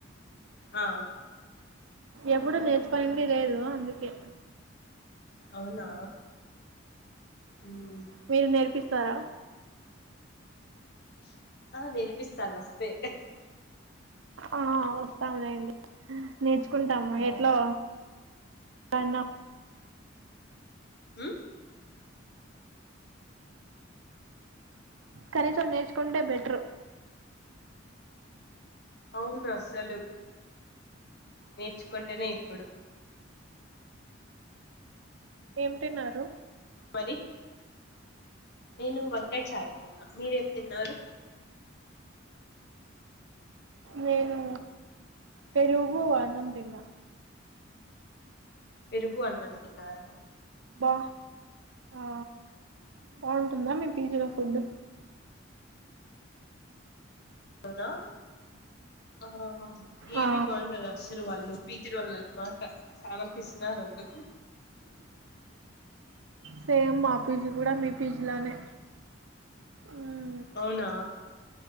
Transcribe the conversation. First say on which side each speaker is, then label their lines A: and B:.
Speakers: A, on the left (about 55°); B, on the right (about 75°).
A: ఆ
B: ఎప్పుడు నేర్చుకొనింది లేదు అందుకే
A: అవునా ఉమ్
B: మీరు నేర్పిస్తారా
A: ఆ నేర్పిస్తాను వస్తే
B: ఆ వస్తాములేండి నేర్చుకుంటాము
A: ఆ
B: ఎట్లో సనా
A: హ
B: కనీసం నేర్చుకుంటే బెటరు
A: అవును అసలు నేర్చుకుంటేనే ఇప్పుడు
B: ఏం తిన్నారు
A: మరి నేను వంకాయ్ చారు తిన్నా మీరేం తిన్నారు
B: నేను పెరుగు అన్నమ్ తిన్నా
A: పెరుగు అన్నం తిన్నారా
B: బా ఆ బాగుంటుందా మీ పిజీలో ఫుడ్
A: అవునా ఆ ఏమి
B: ఆ
A: బాగుండదు అసలు వాళ్ళు వీటి రోళ్ళు అన్నమాట చాల పిసినారోళ్లు
B: సేమ్ మా పీజీ కూడా మీ పీజీలానే ఉ
A: అవునా